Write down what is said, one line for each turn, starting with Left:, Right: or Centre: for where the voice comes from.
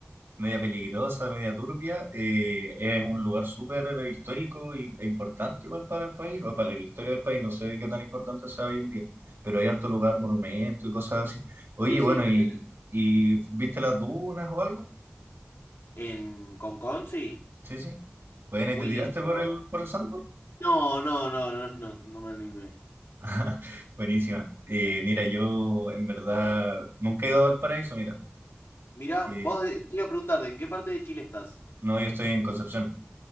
Right: media peligrosa, media turbia. eh, es un lugar súper histórico y- e importante igual para el país, o para la historia del país, no sé qué tan importante sea hoy en día, pero hay harto lugar, monumentos y cosas así. Oye,
Left: Sí, sí,
Right: bueno,
Left: increíble.
Right: ¿y, y viste las dunas o algo?
Left: En Concón, sí.
Right: Sí, sí. Bueno, ¿y
Left: Muy
Right: te tiraste
Left: lindo,
Right: por
Left: la verdad.
Right: el, por el sandboard?
Left: No, no, no, no, no, no me animé.
Right: <laughs> Buenísima. Eh, mira, yo en verdad nunca he ido al paraíso, mira.
Left: Mirá,
Right: Eh,
Left: vos de- te iba a preguntar, ¿de ¿en qué parte de Chile estás?
Right: no, yo estoy en Concepción,